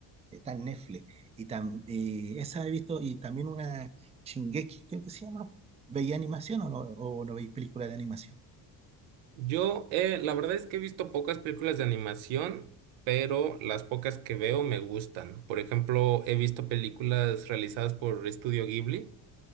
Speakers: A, on the right (about 15°); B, on the right (about 80°).
A: está en Netflix. Y, tam- y esa he visto, y también una Shingeki, creo que se llama. ¿Veía animación o no, o no veis películas de animación?
B: Yo, eh, la verdad es que he visto pocas películas de animación, pero las pocas que veo me gustan. Por ejemplo, he visto películas realizadas por Estudio Ghibli,